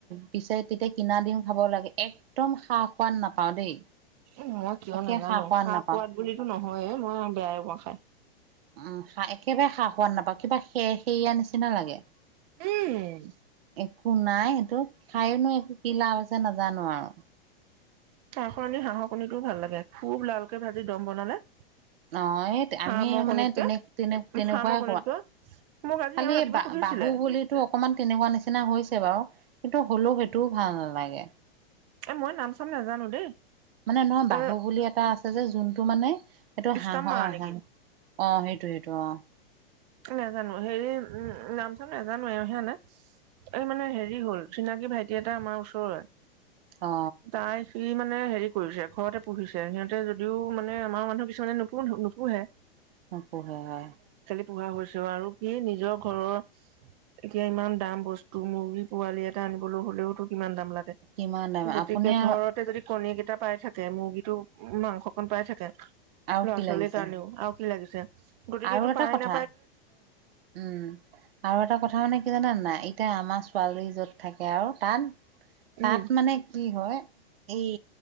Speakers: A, on the right; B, on the right.
A: পিছে তিতে কিনা ডিম খাব লাগে। একদম সা সোৱাদ নাপাওঁ দেই।
B: উম, মই কিয়
A: একে
B: নেজানো।
A: সা সোৱাদ
B: সা-সোৱাদ
A: নাপাওঁ
B: বুলিটো নহয়ে মই বেয়াইয়ে পাওঁ খাই।
A: উম, একেবাৰে সা -সোৱাদ নাপাওঁ। কিবা সেৰসেৰীয়া নিচিনা লাগে।
B: উম।
A: একো নাই সেইটো। খাইনো এক কি লাভ আছে নাজানো আৰু।
B: হাঁহৰ নে হাঁহৰ কণীটো ভাল লাগে? খুব লালকে ভাজি দম বনালে।
A: অঁ এই
B: ফাৰ্মৰ
A: আমি মানে
B: কণীতকে
A: তেনে-তেনে তেনেকুৱা
B: ফাৰ্মৰ
A: <unintelligible>
B: কণীতকৈ মোক আজি
A: খালি
B: এওঁ ৰাতিপুৱা
A: বা-বাহু
B: সুধিছিলে
A: বুলিতো অকমান তেনেকুৱা নিচিনা হৈছ বাৰু। কিন্তু হলো সেইটোও ভাল নেলাগে।
B: এ মই নামচাম নেজানো দেই।
A: মানে <unintelligible> বাহু
B: এ
A: বুলি এটা। যে যোনটো মানে? সেইটো
B: ইষ্টাম
A: হাঁহৰ
B: মা
A: আহা
B: নেকি
A: অ, সেইটো। <unintelligible>
B: নেজানো হেৰি উম, উম নামটো নেজানো। <unintelligible> এই মানে হেৰি হল চিনাকি ভাইটি এটা আমাৰ ওচৰৰে।
A: অ
B: তাই সি মা মানে হেৰি কৰিছে, ঘৰতে পুহিছে সিহঁতে যদিও মানে আমাৰ মানুহ কিছুমানে নুপূহে।
A: নপূহে হয়।
B: পোৱা হৈছে অ', আৰু। কি নিজৰ ঘৰৰ এতিয়া ইমান দাম বস্তু মুৰ্গী পোৱালি এটা আনিবলৈ হ'লেওটো কিমান দাম লাগে।
A: কিমান দাম
B: গতিকে
A: আপুনি আৰু
B: ঘৰতে যদি। কণী কেইটা পাই থাকে। মুৰ্গীটো মাংসকণ পাই থাকে।
A: আৰু
B: লৰা-ছোৱালী
A: কি লাগিছে
B: কাৰণেও আউ কি লাগিছে? গতিকে
A: আৰু
B: এইটো
A: এটা
B: পাৰি
A: কথা
B: নে?
A: উম আৰু এটা কথা মানে কি জানা নে নাই এতিয়া আমাৰ ছোৱালী য'ত থাকে, আৰু তাত
B: উম
A: তাত মানে কি হয়- এই